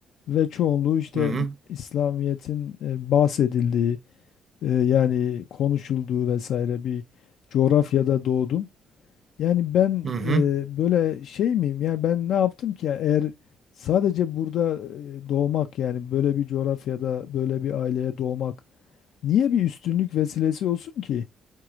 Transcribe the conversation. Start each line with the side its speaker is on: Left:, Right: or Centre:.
Left: ve çoğunluğu işte
Right: Hı hı.
Left: İslamiyet'in e, bahsedildiği e, yani konuşulduğu vesaire bir coğrafyada doğdum. Yani ben
Right: Hı hı.
Left: e, böyle şey miyim? Yani ben ne yaptım ki? Yani eğer sadece burada e, doğmak yani böyle bir coğrafyada böyle bir aileye doğmak niye bir üstünlük vesilesi olsun ki?